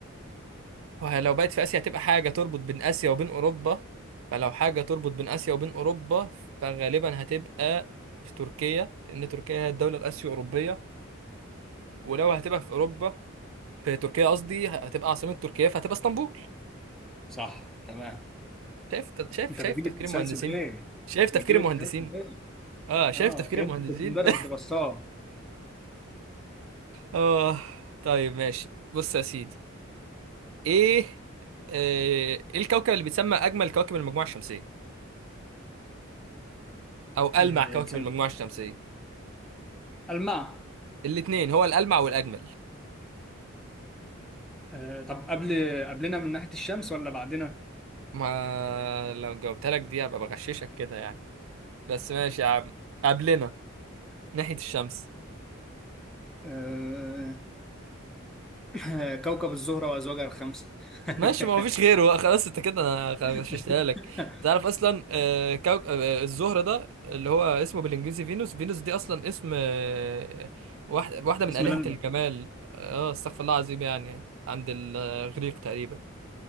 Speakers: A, on the right; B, in the centre.
A: وهي لو بقت في آسيا هتبقى حاجة تربط بين آسيا وبين أوروبا فلو حاجة تربط بين آسيا وبين أوروبا فغالبا هتبقى في تركيا لأن تركيا هي الدولة الآسيو أوروبية ولو هتبقى في أوروبا في تركيا قصدي هتبقى عاصمة تركيا فهتبقى اسطنبول
B: صح تمام
A: شايف شايف
B: انت
A: شايف
B: بتجيب
A: تفكير
B: التسلسل
A: المهندسين
B: ايه
A: شايف تفكير
B: بتجيب
A: المهندسين
B: التسلسل ايه
A: اه شايف
B: اه
A: تفكير
B: كان
A: المهندسين
B: كنت مدرس
A: <laughs>
B: دراسات
A: اه طيب ماشي بص يا سيدي ايه آه، ايه الكوكب اللي بيتسمى اجمل كوكب المجموعة الشمسية او ألمع
B: آه،
A: كوكب
B: بتسمى
A: المجموعة الشمسية
B: الماء
A: الاتنين هو الألمع والأجمل
B: آه، طب قبل قبلنا من ناحية الشمس ولا بعدنا
A: ما لو جاوبتها لك دي هبقى بغششك كده يعني بس ماشي يا عم قبلنا ناحية الشمس
B: آه، <clears throat> <laughs> كوكب الزهرة وأزواجها الخمسة <laughs>
A: ماشي ما هو فيش غيره بقى، خلاص انت كده انا خ- غششتها
B: <laughs>
A: لك تعرف اصلا آه، كوك... آه، الزهرة ده اللي هو اسمه بالانجليزي فينوس فينوس دي اصلا اسم آه، واحد... واحدة من
B: اسم
A: آلهة
B: لمبة
A: الجمال اه استغفر الله العظيم يعني عند الإغريق تقريبا